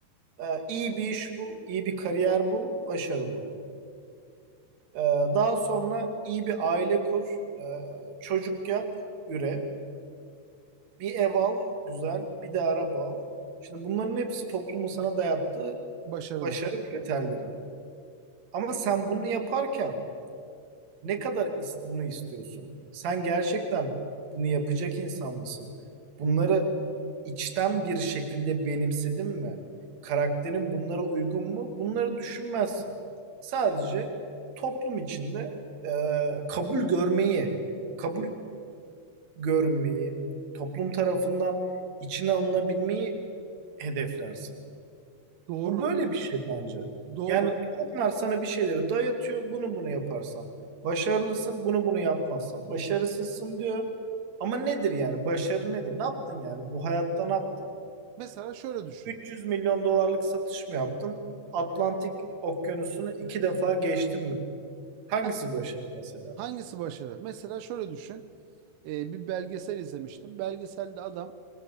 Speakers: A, on the right; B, on the right.
A: "E, iyi bir iş bul, iyi bir kariyer bul, başarılı ol. E, daha sonra iyi bir aile kur, e, çocuk yap, üre. Bir ev al, güzel, bir de araba al. Şimdi bunların hepsi toplumun sana dayattığı
B: Başarılar.
A: başarı kriterleri. Ama sen bunu yaparken ne kadar is- bunu istiyorsun? Sen gerçekten bunu yapacak insan mısın? Bunları içten bir şekilde benimsedin mi? Karakterin bunlara uygun mu? Bunları düşünmezsin. Sadece toplum içinde e, kabul görmeyi, kabul görmeyi, toplum tarafından içine alınabilmeyi hedeflersin.
B: Doğru.
A: Bu böyle bir şey bence.
B: Doğru.
A: Yani onlar sana bir şeyleri dayatıyor. Bunu bunu yaparsan başarılısın. Bunu bunu yapmazsan başarısızsın diyor. Ama nedir yani? Başarı nedir? Ne yaptın yani? Bu hayatta ne yaptın?
B: Mesela şöyle düşün.
A: 300 milyon dolarlık satış mı yaptın? Atlantik Okyanusu'nu iki defa geçtin mi? Hangisi
B: Heh,
A: başarı mesela?
B: hangisi başarı? Mesela şöyle düşün. Ee, bir belgesel izlemiştim. Belgeselde adam